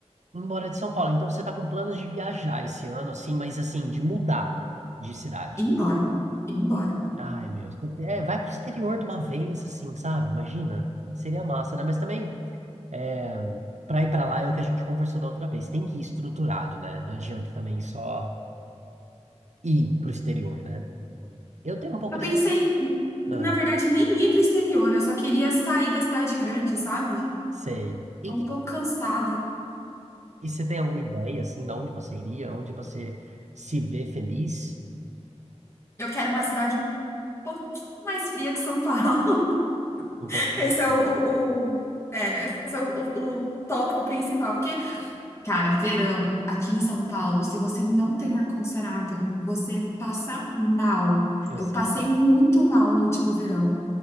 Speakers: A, on the right; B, on the left.
A: Embora de São Paulo. Então você tá com planos de viajar esse ano, assim, mas assim, de mudar de cidade.
B: Ir embora, ir embora.
A: Ai, meu. É, vai pro exterior de uma vez, assim, sabe? Imagina. Seria massa, né? Mas também, é, pra ir pra lá é o que a gente conversou da outra vez. Tem que ir estruturado, né? Não adianta também só ir pro exterior, né? Eu tenho um pouco
B: Eu
A: dessa.
B: pensei,
A: Ah,
B: na verdade, nem ir pro exterior, eu só queria sair da cidade grande, sabe?
A: sei. E,
B: Tô um
A: que...
B: pouco cansada.
A: e você tem alguma ideia, assim, de onde você iria? Onde você se vê feliz?
B: Eu quero uma cidade um pouquinho mais fria que São Paulo.
A: Um pouquinho
B: <laughs> Esse
A: mais.
B: é o, o, o- é, esse é o, o o tópico principal, porque Cara, verão aqui em São Paulo, se você não tem ar-condicionado, você passa mal.
A: Eu
B: Eu
A: sei.
B: passei muito mal no último verão.